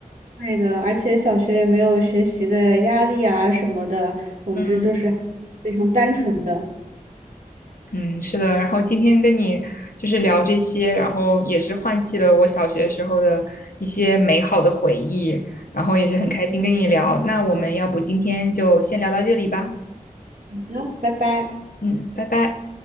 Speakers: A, on the right; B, on the left.
A: 对的，而且小学也没有学习的压力啊什么的，总之就是
B: 嗯
A: 非常单纯的。
B: 嗯，是的。然后今天跟你就是聊这些，然后也是唤起了我小学时候的一些美好的回忆，然后也是很开心跟你聊。那我们要不今天就先聊到这里吧。
A: 好的拜拜。
B: 嗯，拜拜。